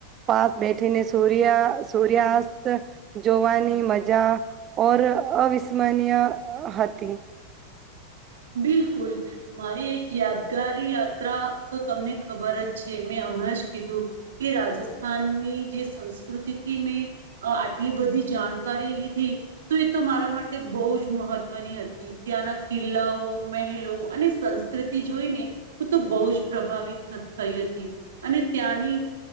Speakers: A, on the right; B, on the right.
A: પાસ બેઠીને સૂર્ય સૂર્યાસ્ત જોવાની મજા ઓર અવિસ્મરણીય હતી
B: બિલકુલ મારી એક યાદગારી યાત્રા તો તમને ખબર જ છે મેં હમણાં જ કીધું કે રાજસ્થાનની જે સંસ્કૃતિથી મેં આટલી બધી જાણકારી લીધી તો એ તો મારા માટે બહુ જ મહત્વની હતી ત્યાંના કિલ્લાઓ મહેલો અને સંસ્કૃતિ જોઈને હું તો બહુ જ પ્રભાવિત થઈ હતી અને ત્યાંની